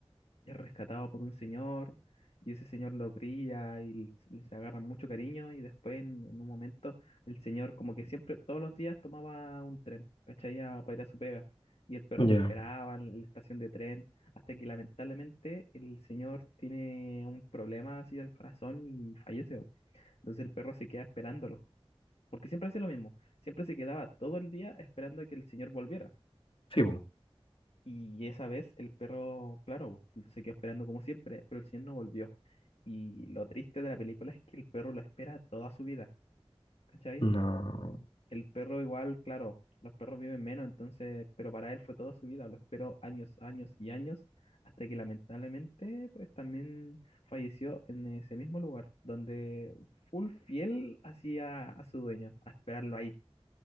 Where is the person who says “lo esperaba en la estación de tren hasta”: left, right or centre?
Left